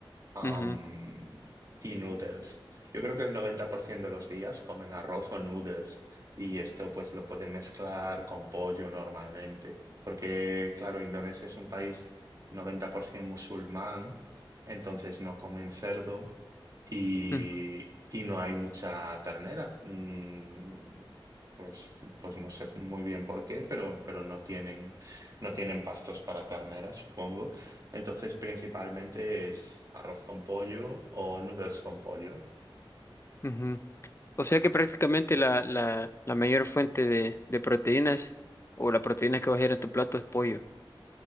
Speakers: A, on the right; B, on the left.
A: am,
B: Ujú,
A: y noodles. Yo creo que el 90% de los días comen arroz o noodles y esto pues lo pueden mezclar con pollo normalmente, porque claro, Indonesia es un país 90% musulmán, entonces no comen cerdo y,
B: ujú,
A: y no hay mucha ternera. Mm, Pues, pues no sé muy bien por qué, pero, pero no tienen, no tienen pastos para ternera, supongo. Entonces, principalmente es arroz con pollo o noodles con pollo.
B: ujú. O sea que prácticamente la, la, la mayor fuente de, de proteínas o la proteína que va a ir en tu plato es pollo.